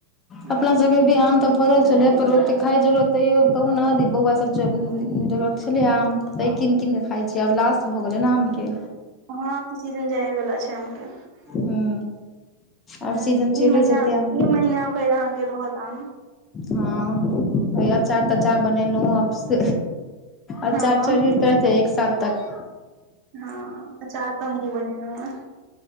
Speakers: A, on the right (about 40°); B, on the left (about 25°).
A: अ
B: अपना सबके भी आम तऽ फरल छलैए, पर ओते खाय जोगरक तैयो कहुना दि बऊआ स सब ज जोगरक छलै आम तंय कीन-कीन क खाइ छि आब लास भऽ गलै न आमके।
A: हँ त सीजन जाइए वला छै आमके। हम्म
B: हूँ आब सीजन
A: ई
B: चलिये
A: महिना-
B: जेतै आमके
A: ई महीना भरि अहाँके रहत आम।
B: हँ भ‌ई अचार-तचार
A: हूं
B: बनेनाओ आब स अचार
A: हँ
B: चरीत रहतै एक साल तक।
A: हँ अचार त हमहुं बनेनौ ए